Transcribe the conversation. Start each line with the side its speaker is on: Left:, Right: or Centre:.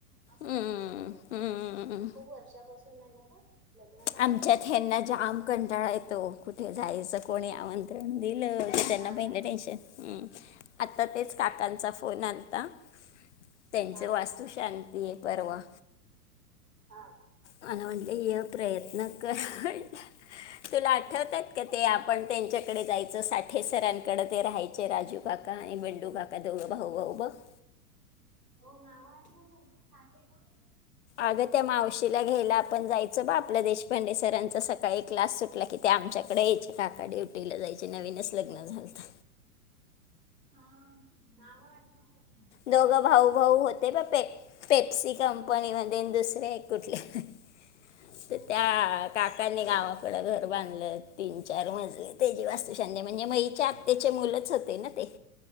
Right: असं
Left: हम्म,
Right: होऊन जात त्यांचं.
Left: हम्म.
Right: आणि खूप वर्षापासून आहे ना का. लग्न झाल्यास
Left: आमच्यात हेना जाम कंटाळा येतो. कुठे जायच कोणी आमंत्रण दिल की. कुठे जायचं
Right: हा
Left: पहिला
Right: ना
Left: टेन्शन. आता तेच काकांचा फोन आलता. त्यांचे
Right: हा
Left: वास्तू शांती हाय परवा.
Right: हा.
Left: मला म्हटलं ये प्रयत्न कर म्हटल. तुला आठवतात का ते आपण. त्यांच्याकडे जायचं. साठेसरांकडें ते राहायचे. राजू काका आणि बंडू काका जवळं भाऊ-भाऊ. <inaudible>
Right: हो नाव ना <unintelligible>
Left: अगं त्या मावशीला घ्यायला आपण जायचो बा. आपल्या देशपांडे सरांचा सकाळी एक क्लास सुटला की. त्या आमच्या यायचे काका ड्युटीला जायचे नवीनच लग्न झालत.
Right: हा नाव आठवत नाहीत.
Left: दोघं भाऊ-भाऊ होते ना ते पेप्सी कंपनी
Right: हा हा
Left: मध्ये दुसरे कुठ <unintelligible>
Right: बरोबर
Left: त्या काका. गावाकड घर बांधलं. तीन चार मजले त्याची वास्तुशांती म्हणजे म हेच्या आत्याची मुलंच. होते ना ते.